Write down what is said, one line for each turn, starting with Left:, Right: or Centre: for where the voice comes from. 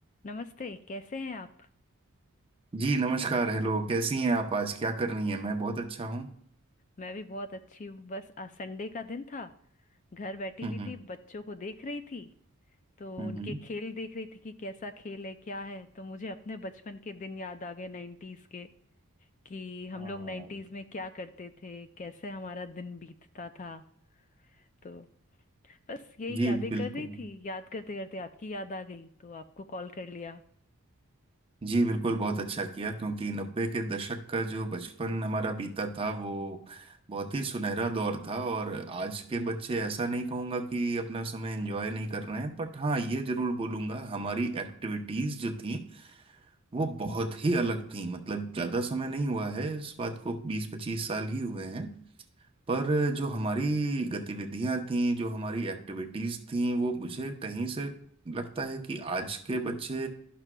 Left: नमस्ते कैसे हैं आप
Right: जी नमस्कार हेलो कैसी हैं आप आज क्या कर रही हैं मैं बहुत अच्छा हूँ
Left: मैं भी बहुत अच्छी हूँ बस आज संडे का दिन था घर बैठी हुई
Right: हम्म हम्म
Left: थी बच्चों को देख रही थी तो
Right: हम्म
Left: उनके
Right: हम्म।
Left: खेल देख रही थी कि कैसा खेल है क्या है तो मुझे अपने बचपन के दिन याद आ गए नाइन्टीज के कि हम
Right: हाँ
Left: लोग नाइन्टीज में क्या करते थे कैसे हमारा दिन बीतता था तो बस यही
Right: जी
Left: यादें
Right: बिल्कुल
Left: कर रही थी याद करते करते आपकी याद आ गई तो आपको कॉल कर लिया
Right: जी बिल्कुल बहुत अच्छा किया क्योंकि नब्बे के दशक का जो बचपन हमारा बीता था वो बहुत ही सुनहरा दौर था और आज के बच्चे ऐसा नहीं कहूँगा कि अपना समय एंजॉय नहीं कर रहे हैं बट हाँ ये जरूर बोलूँगा हमारी एक्टिविटीज़ जो थी वो बहुत ही अलग थी मतलब ज़्यादा समय नहीं हुआ है इस बात को बीस पच्चीस साल ही हुए हैं पर
Left: जी।
Right: जो हमारी गतिविधियां थीं जो हमारी एक्टिविटीज थीं वो मुझे कहीं से लगता है कि आज के बच्चे